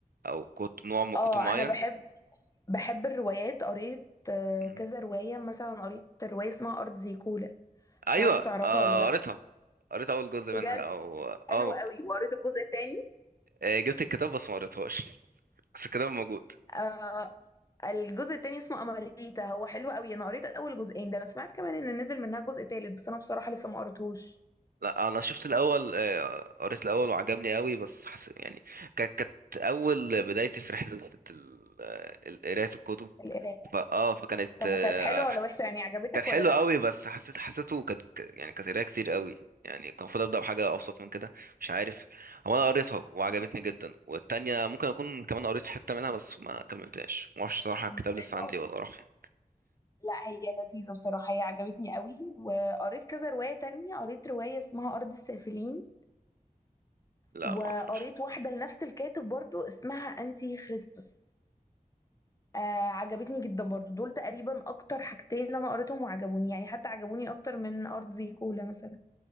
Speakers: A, on the right (about 85°); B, on the left (about 25°).
A: او كت... نوع من
B: اه
A: كتب معين
B: أنا بحب بحب الروايات قريت آه،
A: مم.
B: كذا رواية مثلا قريت رواية اسمها أرض زي كولا
A: ايوه
B: مش عارفة تعرفها
A: آه،
B: ولا لأ
A: قريتها قريت اول جزء
B: بجد
A: منها او اه
B: حلو قوي وقريت الجزء التاني
A: آه، جبت الكتاب بس ما قريتهاش بس كده موجود
B: آه الجزء التاني اسمه أماريتا هو حلو قوي أنا قريت أول جزئين ده أنا سمعت كمان إن نزل منها جزء تالت بس أنا بصراحة لسه ما قريتهوش
A: لا انا شفت الاول آه، قريت الاول وعجبني قوي بس حس... يعني كانت كانت اول بدايتي في رحله ال- آه، قرايه الكتب
B: القراية
A: فا اه فكانت
B: طب
A: آه،
B: وكانت حلوة
A: حس-
B: ولا وحشة يعني عجبتك
A: كانت حلوه
B: ولا
A: قوي بس حسيت حسيته كانت ك- يعني كانت قرايه كتير قوي يعني كان المفروض ابدا بحاجه ابسط من كده مش عارف هو انا قريتها وعجبتني
B: لأ
A: جدا والتانية ممكن اكون كمان قريت حته منها بس ما كملتهاش ما اعرفش صراحه
B: كانت
A: الكتاب لسه
B: تقريباً-
A: عندي ولا راح فين
B: لا هي لذيذة بصراحة هي عجبتني قوي وقريت كذا رواية تانية قريت رواية اسمها أرض السافلين
A: لا
B: وقريت
A: ما اعرفش
B: واحدة لنفس الكاتب برضو اسمها أنتي خريستوس آه عجبتني جدا برضو دول تقريبا أكتر حاجتين أنا قريتهم وعجبوني يعني حتى عجبوني أكتر من أرض زي كولا مثلا